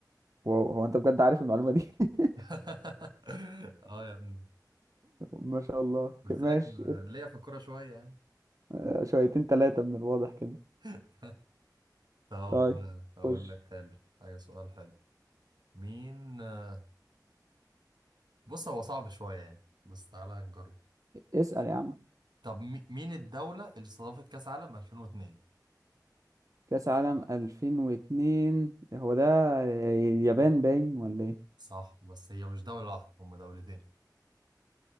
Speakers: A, on the right; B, on the right.
A: واو هو انت بجد عارف المعلومة دي <laughs>
B: <laughs> اه يا ابني
A: ما شاء الله
B: قلت
A: ك- ماشي
B: لك م- ليا في الكورة شوية يعني
A: آه شويتين تلاتة من الواضح كده
B: <laughs> طب
A: طيب
B: آه، أقول
A: خش
B: لك حلو حاجة سؤال حلو مين آه، بص هو صعب شوية يعني بس تعالى نجرب
A: اسأل يا عم
B: طب مي- مين الدولة اللي استضافت كأس عالم 2002
A: كأس عالم 2002 هو ده اليابان باين ولا ايه
B: صح بس هي مش دولة واحدة هم دولتين